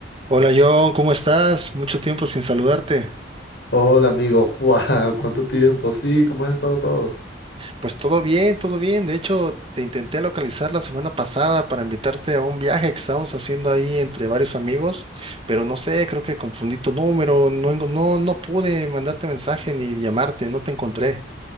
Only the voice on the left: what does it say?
Hola amigo, ¡fua! ¿Cuánto tiempo? Sí, ¿cómo ha estado todo?